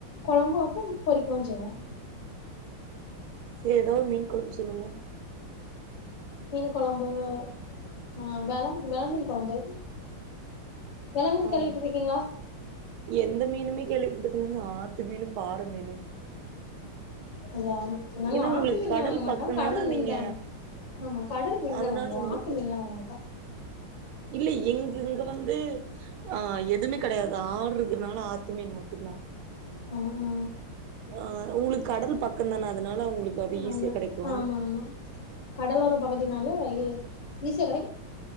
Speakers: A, on the left; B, on the right.
A: கொழம்பும்வப்போ பொறிக்கவு செய்வோ
B: செரி எதோ ஒரு மீன் கொழம்பு சொல்லுங்க
A: மீன் கொழம்பு ஆ வெளா வெறா மீன் கொழம்பு வெல மீன்
B: ஆ
A: கேள்வி பட்ருகீங்ளா
B: எந்த மீனுமே கேள்விபட்டதில்லங்க ஆத்து மீனு பாற மீனு
A: அதா நாங்க
B: ஏன்னா உங்களுக்கு
A: ஆத்து மீன்லா
B: கடல்
A: வாங்க மாட்டோ
B: பக்கனால
A: கடல் மீன்
B: நீங்க
A: தா ஆமா கடல் மீன்
B: அதனால
A: தா வாங்குவோ
B: உங்களுக்கு
A: ஆத்து மீன்லா வாங்க மாட்டோ
B: இல்ல எங் இங்க வந்து ஆ எதுமே கெடையாது ஆறுக அனாலு ஆத்து மீன் மட்டுந்தா
A: <unintelligible>
B: ஆ உங்ளுக் கடல் பக்கந்தான அதனால உங்ளுக்கு அது ஈஸியா
A: ஆமா
B: கெடைக்கு
A: ஆமா ஆமா கடலோர பகுதினால ஈசிய கெடை